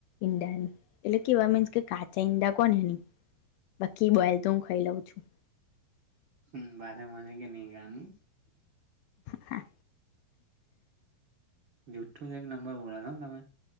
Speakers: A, on the left; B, on the right.
A: ઈંડાની એટલે કેવા મીન્સ કે કાચા. ચંદા કોનેની બાકી બોઈલ તો હું ખાઈ લઉં છું.
B: હમ બારે મને કે નહી ગનું.
A: હા.
B: જુઠુ એક નંબર બોલા છો હો તમે.